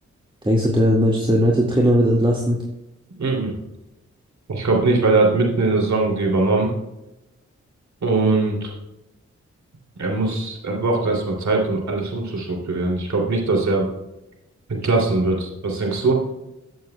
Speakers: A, on the right (about 15°); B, on the right (about 70°).
A: denkst du, der Manchester United Trainer wird entlassen?
B: Mhm. Ich glaube nicht, weil er hat mitten in der Saison die übernommen und er muss, er braucht erstmal Zeit, um alles umzustrukturieren. Ich glaube nicht, dass er entlassen wird. Was denkst du?